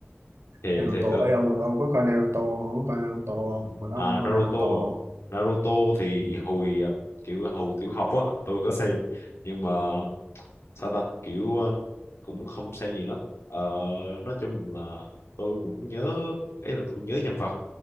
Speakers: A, on the left; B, on the right.
A: thề
B: Naruto
A: thề
B: ấy ông ông có coi Naruto ông có coi Naruto không? mà đó
A: À,
B: ông có
A: Naruto
B: coi Naruto không?
A: à? Naruto thì
B: ừ.
A: hồi à, kiểu hồi tiểu học á tôi có xem nhưng mà sao ta kiểu à, cũng không xem gì lắm Ờ, nói chung là tôi cũng nhớ ấy là tôi nhớ nhân vật